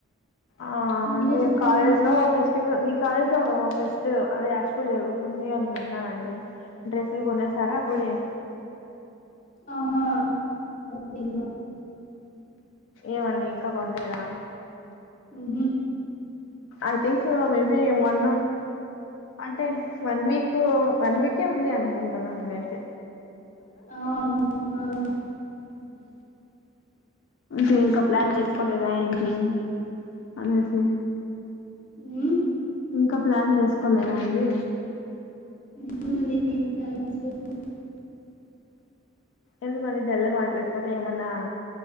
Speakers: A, on the left; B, on the left.
A: ఆ
B: మీరే
A: అదే
B: చెప్పాలండి
A: కాలేజ్ లో ఫెస్టివల్ మీకు కాలేజ్ ఫెస్టివ అదే యాక్స్పో జరుగుతుంది అని విన్నాండి డ్రెస్సులు కొనేసరా అప్పుడే
B: ఆహా ఏ
A: ఏమండి ఇంకా కొండేదా
B: ఉహు
A: ఐ థింక్ మేబి వన్ అంటే వన్ వీక్ వన్ వీకే ఉంది అనుకుంటున్నాను నేనైతే
B: ఆవు <unintelligible>
A: ఉ ఇంకా ప్లాన్ చేసుకోలేదా ఏంటి అనేసి
B: ఉ
A: ఇంకా ప్లాన్ చేసుకోలేదా అండి
B: <inaudible>
A: ఎందుకండి డెల్లగా మాట్లాడతారు ఏమన్నా